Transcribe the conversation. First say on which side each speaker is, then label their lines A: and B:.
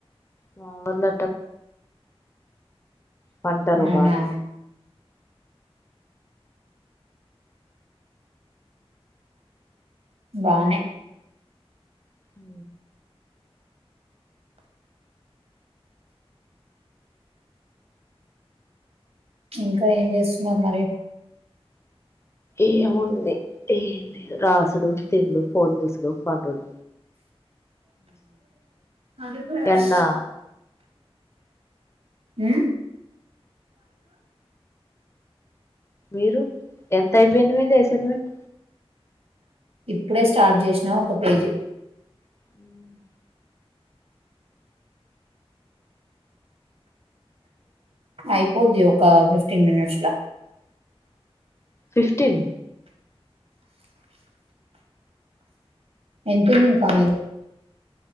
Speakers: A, on the left (about 25°); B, on the right (about 75°).
A: మా వోళ్ళు పంటలు
B: అవునా
A: వాళ్లే
B: బాగానే
A: ఉ
B: ఇంకా ఏం చేస్తున్నారు మరి
A: ఏము ఉంది ఏ రాసుడు తినుడు ఫోన్ చేసుడు పండుడు
B: పండుకున్నారా
A: ఎన్నా
B: హ్మ్
A: మీరు ఎంత అయిపోయింది మీ అసైన్మెంట్
B: ఇప్పుడే స్టార్ట్ చేసినా ఒక పేజీ
A: మ్మ్
B: అయిపోద్ది ఒక ఫిఫ్టీన్ మినిట్స్లా
A: ఫిఫ్టీన్
B: ఎంతుంది ఇంకా మిది